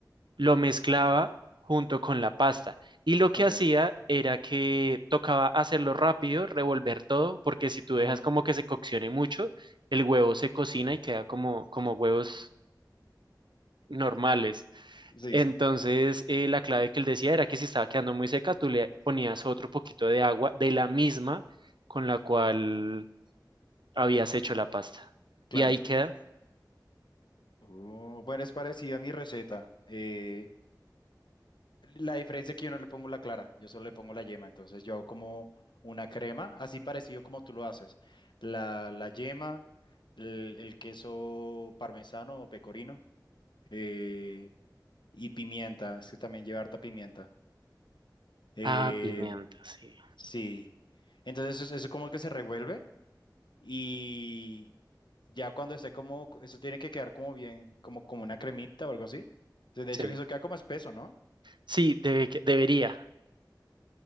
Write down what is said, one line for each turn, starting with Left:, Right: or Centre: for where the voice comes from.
Right: lo mezclaba junto con la pasta. Y lo que
Left: ok.
Right: hacía era que tocaba hacerlo rápido, revolver todo, porque si tú
Left: ujú,
Right: dejas como que se coccione mucho, el huevo se cocina y queda como, como huevos normales.
Left: Sí,
Right: Entonces,
Left: sí,
Right: eh, la clave que él decía era que si estaba quedando muy seca, tú le ponías otro poquito de agua de la misma con la cual habías hecho la pasta.
Left: claro.
Right: Y ahí queda.
Left: Oh, bueno, es parecida a mi receta. Eh, La diferencia es que yo no le pongo la clara, yo solo le pongo la yema, entonces yo hago como una crema, así parecido como tú lo haces. La, la yema, el, el queso parmesano o pecorino eh, y pimienta, es que también lleva harta pimienta. Eh,
Right: Ah, pimienta, sí.
Left: sí, entonces eso, eso como que se revuelve y ya cuando esté como, eso tiene que quedar como bien, como, como una cremita o algo así. De hecho,
Right: Sí,
Left: que eso queda como espeso, ¿no?
Right: sí, debe que- debería.